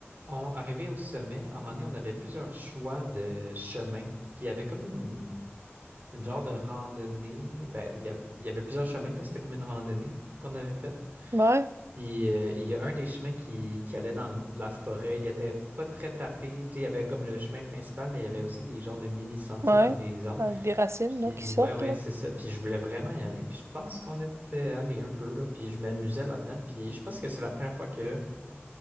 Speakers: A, on the right; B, on the right.
A: on arrivait au sommet, à un moment donné, on avait plusieurs choix de chemins. Puis il y avait comme une, une genre de randonnée, ben il y avait, il y avait plusieurs chemins là, c'était comme une randonnée qu'on avait faite.
B: Ouais,
A: Il, euh, il y a un des chemins qui, qui allait dans la forêt. Il était pas très tapé. Tu sais, il y avait comme le chemin principal, mais il y avait aussi des genres de mini-sentiers
B: ouais.
A: dans les arbres.
B: Avec des racines
A: Puis
B: là, qui
A: ouais,
B: sortent,
A: ouais,
B: là.
A: c'est ça. Puis je voulais vraiment y aller. Puis je pense qu'on était allé un peu là. Puis je m'amusais là-dedans. Puis je pense que c'est la première fois que